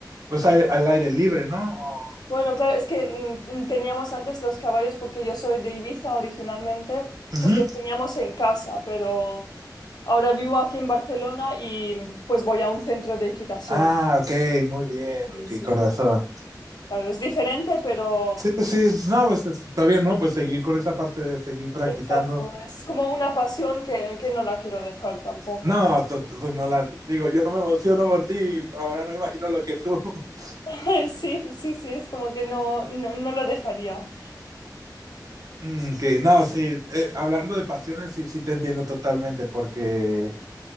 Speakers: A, on the right; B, on the left.
A: pues al, al aire libre, ¿no? O-
B: Bueno, claro, es que mm, teníamos antes los caballos porque yo soy de Ibiza originalmente,
A: Ujú.
B: pues los teníamos en casa, pero ahora vivo aquí en Barcelona y pues voy a un centro de equitación.
A: Ah, ok, muy bien,
B: Sí,
A: ok,
B: sí,
A: corazón.
B: sí. Claro, es diferente, pero
A: Sí, sí, sí, no, pues es- está bien, ¿no? Pues seguir con esa parte de seguir practicando.
B: exacto, es como una pasión que, que no la quiero dejar tampoco.
A: No, to- to- pues no la digo, yo me emociono por ti, y ahora no imagino lo que tú. <laughs>
B: <laughs> Sí, sí, sí, es como que no, no, no lo dejaría.
A: Mm, Que no, sí, eh, hablando de pasiones, sí, sí te entiendo totalmente, porque,